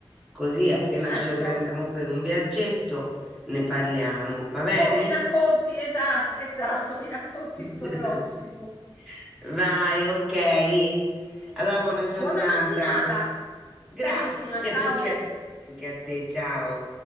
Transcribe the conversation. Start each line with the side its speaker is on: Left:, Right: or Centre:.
Centre: così appena
Left: certo.
Centre: ci organizziamo per un viaggetto ne parliamo, va bene?
Left: Oh, mi racconti, esatto, <laughs> esatto, mi racconti
Centre: <laughs>
Left: il tuo prossimo.
Centre: Vai, ok. Allora, buona giornata.
Left: Buona mattinata,
Centre: Grazie
Left: carissima, ciao.
Centre: <laughs> anche a anche a te, ciao.